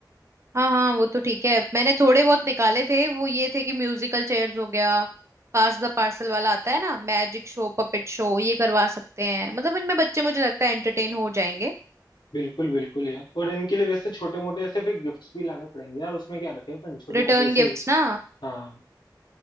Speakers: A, on the right (about 40°); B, on the left (about 75°).
A: हाँ हाँ वो तो ठीक है मैंने थोड़े बहुत निकाले थे वो ये थे कि म्यूजिकल चेयर्स हो गया पास द पार्सल वाला आता है ना मैजिक शो पपेट शो ये करवा सकते हैं मतलब इनमें बच्चे मुझे लगता है एंटरटेन हो जाएंगे
B: बिल्कुल बिल्कुल यार और इनके लिए वैसे छोटे मोटे ऐसे फिर गिफ्ट्स भी लाने पड़ेंगे यार उसमें क्या रखे अपन छोटे
A: रिटर्न
B: मोटे ऐसे
A: गिफ्ट्स ना
B: हाँ